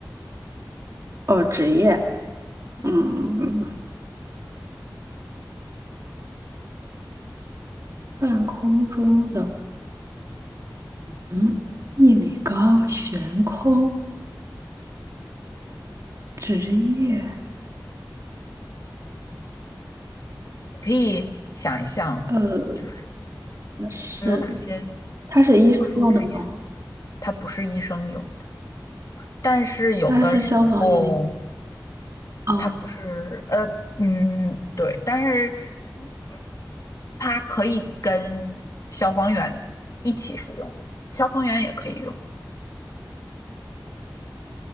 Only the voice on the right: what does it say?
哦，职业，嗯，
半空中的，嗯，一米高悬空，职业，
呃，
是
他是医生用的吗？
他是消防员。哦